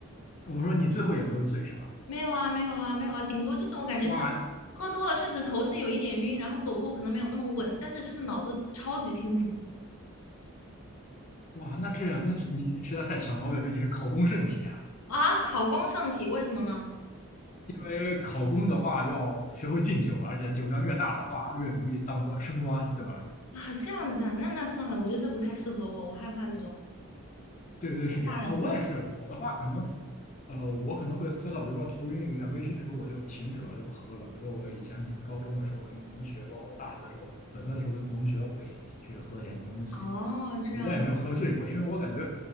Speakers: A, on the left; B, on the left.
A: 我说你最后也没有醉是吗？
B: 没有啊，没有啊，没有啊，顶多就是我感觉是
A: 哇
B: 喝多了，确实头是有一点晕，然后走路可能没有那么稳，但是就是脑子超级清醒
A: 哇，那这样，那是你实在太强了，我感觉你是考公圣体啊。
B: 啊，考公圣体，为什么呢？
A: 因为考公的话要学会敬酒，而且酒量越大的话越容易当官升官，对吧？
B: 啊，这样子啊，那那算了，我觉得这不太适合我，我害怕这种
A: 对对，是这样啊。
B: 大人。
A: 我也是，我的话可能呃，我可能会喝到，比如说头晕有点微醺的时候，我就停止了，我就不喝了。比如说我以前可能高中的时候跟同学，包括大学的时候，本科的时候跟同学会一起去喝点东西，
B: 哦，这样，
A: 呃我也没有喝醉过，因为我感觉，